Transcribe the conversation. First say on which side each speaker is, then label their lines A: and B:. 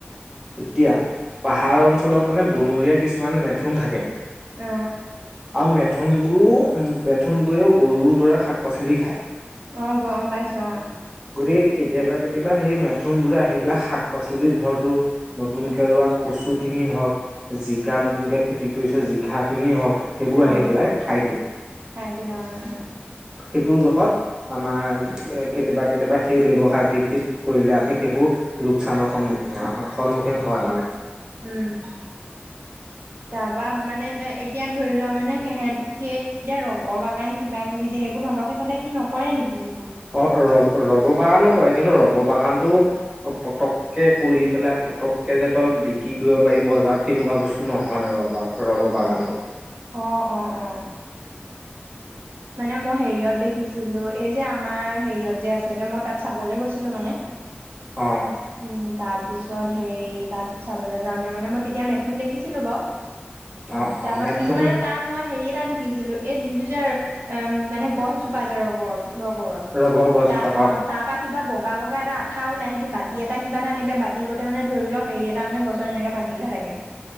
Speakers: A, on the right; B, on the right.
A: এতিয়া পাহাৰ অঞ্চলত মানে বনৰীয়া কিছুমান মেথুন থাকে।
B: অ'।
A: আৰু মেথুনবোৰ, মেথুনবোৰেও গৰুৰ দৰে শাক পাচলি খায়।
B: অ' গম পাইছো অ'।
A: গতিকে কেতিয়াবা কেতিয়াবা সেই মেথোনবোৰে আহি পেলাই শাক পাচলি ধৰটো নতুনকে ৰোৱা কচুখিনি হওক? জিকা নতুনকে খেতি কৰিছো জি কা খিনি হওক সেইবোৰ আহি
B: অ
A: পেলাই খাই দিয়ে।
B: খাই দিয়ে অ অ
A: সেইটো জহত আমাৰ কেতিয়াবা, কেতিয়াবা সেই ব্যৱসায় ভিত্তিত কৰিলে আমি সেইবোৰ লোকচানৰ সন্মুখীন হোৱা, সন্মুখীন হয় মানে?
B: উম। তাৰপা মানে এতিয়া ধৰি লোৱা মানে সেহঁত, সেই ৰব বাগান কিবা কিবি যে, সেইবোৰ তঁহতৰ সিফালে কি নকৰে নেকি সেইবোৰ
A: অ', ৰবৰ- ৰবৰ বাগানো কৰে কিন্তু ৰবৰ বাগানটো পতক কে কৰি পেলাই পটককৈ যে তই বিক্ৰী কৰিব পাৰিব বজাৰত তেনেকুৱা বস্তু নহয় ৰবাৰ। ৰবৰ বাগানটো
B: অ', অ', অ'। মানে মই হেৰিয়ত দেখিছিলো এই যে আমাৰ হেৰিয়ত যে আছে যে মই তাত চাবলৈ গৈছিলো মানে। <unintelligible>
A: অ'।
B: উম তাৰ পিছত হেৰি তাত চাবলৈ যাওঁতে মানে মই তেতিয়া মেথুন দেখিছিলোঁ বাৰু।
A: অ অ
B: তাৰপা,
A: মেথোন
B: কিন্তু মানে তাৰ মই হেৰি এটা দেখিছিলো এই যিটো যাৰ এ মানে গছজোপা যে ৰবৰ, ৰবৰৰ
A: ৰব গছজোপা
B: তাত অ' তাৰপৰা কিবা বগা বগা এটা আঠা ওলাই, সেঁহতি বাতি এটা কিবা এটা এনেকে বাতি গোতে মানে ধৰি লয়, হেৰি এটা মানে গছ মানে এনেকে বান্ধি থোৱা থাকে